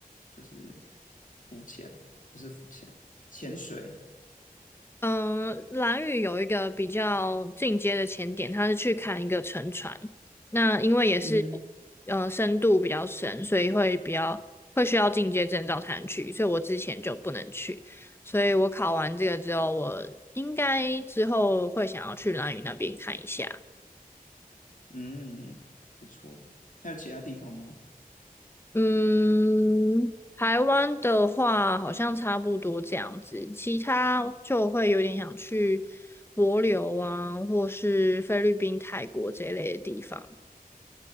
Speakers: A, on the left (about 60°); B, on the left (about 15°).
A: 就是浮潜，不是浮潜，潜水？
B: 嗯，蓝屿有一个比较进阶的潜点，他是去看一个沉船。那因为也是，
A: 嗯哼，
B: 呃，深度比较深，所以会比较会需要进阶证照才能去，所以我之前就不能去。所以我考完这个之后，我应该之后会想要去蓝屿那边看一下。
A: 嗯，不错。还有其他地方吗？
B: 嗯，台湾的话好像差不多这样子，其他就会有点想去帛琉啊，或是菲律宾、泰国这一类的地方。